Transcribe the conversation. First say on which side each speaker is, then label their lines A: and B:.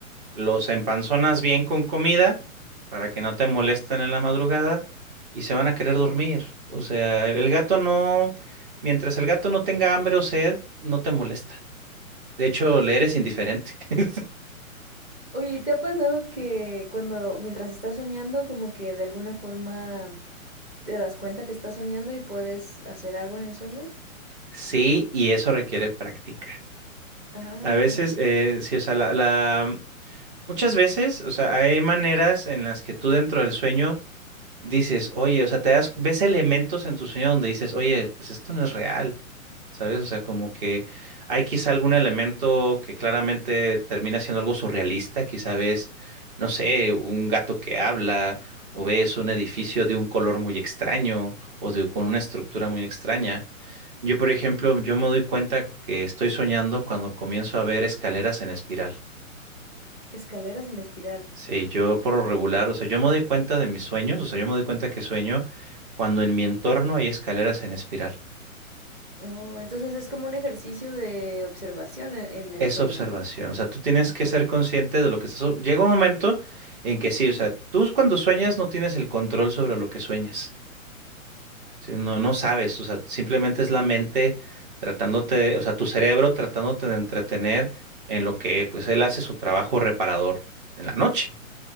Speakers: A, on the right; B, on the right.
A: los empanzonas bien con comida para que no te molesten en la madrugada y se van a querer dormir. O sea, el gato no... Mientras el gato no tenga hambre o sed, no te molesta. De hecho, le eres indiferente. <laughs>
B: Oye, ¿y te ha pasado que cuando, mientras estás soñando, como que de alguna forma te das cuenta que estás soñando y puedes hacer algo en el sueño?
A: Sí, y eso requiere práctica.
B: Ah,
A: A veces, eh, sí, o sea, la, la- Muchas veces, o sea, hay maneras en las que tú dentro del sueño dices, oye, o sea, te das, ves elementos en tu sueño donde dices, oye, pues esto no es real, ¿sabes? O sea, como que hay quizá algún elemento que claramente termina siendo algo surrealista, quizá ves, no sé, un gato que habla, o ves un edificio de un color muy extraño, o de, con una estructura muy extraña. Yo, por ejemplo, yo me doy cuenta que estoy soñando cuando comienzo a ver escaleras en espiral.
B: escaleras en espiral.
A: Sí, yo por lo regular, o sea, yo me doy cuenta de mis sueños, o sea, yo me doy cuenta que sueño cuando en mi entorno hay escaleras en espiral.
B: Oh, entonces es como un ejercicio de observación en, en el
A: Es
B: sueño,
A: observación,
B: ¿no?
A: o sea, tú tienes
B: Ajá,
A: que ser consciente de lo que estás... Llega un momento en que sí, o sea, tú cuando sueñas no tienes el control sobre lo que sueñas, ¿sí? No, no sabes, o sea, simplemente es la mente tratándote, o sea, tu cerebro tratándote de entretener en lo que, pues, él hace su trabajo reparador en la noche.